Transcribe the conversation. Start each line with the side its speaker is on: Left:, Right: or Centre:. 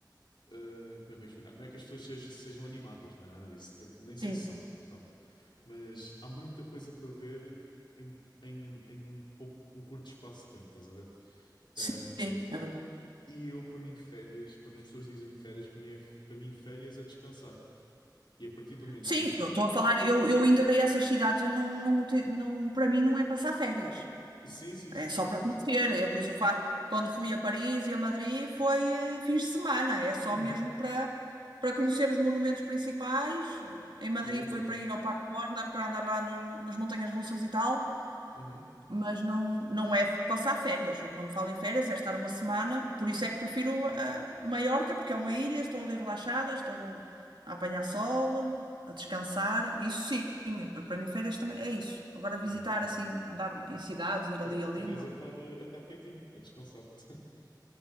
Left: Uh, como é que eu ia explicar? Não é que as pessoas sej- sejam animadas, não é nada disso. Eu nem sei
Right: sim,
Left: se são, pronto. Mas há muita coisa para ver em, em, em um pouco, um curto espaço de tempo, estás a ver?
Right: sim,
Left: Um,
Right: é verdade.
Left: e eu, para mim, férias, quando as pessoas dizem-me férias, para mim, é, para mim, férias é descansar. E a partir do momento
Right: Sim,
Left: em...
Right: eu estou a falar, eu, eu indo a essas cidades, eu não, não, te- não, para mim não é passar férias,
Left: Sim, sim,
Right: é
Left: sim,
Right: só
Left: sim,
Right: para
Left: sim,
Right: conhecer,
Left: sim.
Right: é por isso eu fa... quando fui a Paris e a Madrid foi eh, fins de semana, é só
Left: Uhum.
Right: mesmo para para conhecer os monumentos principais, eh, em Madrid
Left: E ir embora.
Right: foi para ir ao Parque Warner, para andar lá no- no- nas montanhas russas e tal,
Left: Uhum.
Right: mas não, não é passar férias. Eu, quando falo em férias, é estar uma semana. Por isso é que prefiro a Maiorca, porque é uma ilha, estou ali relaxada, estou a apanhar sol, a descansar. Isso sim, para mim férias também é isso. Agora visitar
Left: Sim, exatamente.
Right: assim, andar em cidades, ir
Left: Fer-
Right: ali e ali,
Left: Férias
Right: não.
Left: é estar, é estar quietinho, a descansar. <laughs>